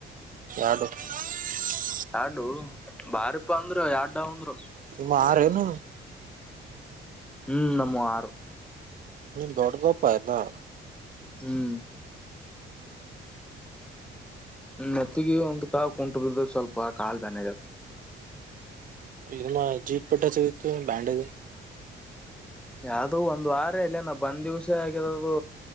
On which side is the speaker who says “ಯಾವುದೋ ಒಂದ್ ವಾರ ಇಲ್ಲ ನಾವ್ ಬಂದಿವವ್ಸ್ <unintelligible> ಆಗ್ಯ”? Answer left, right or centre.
Centre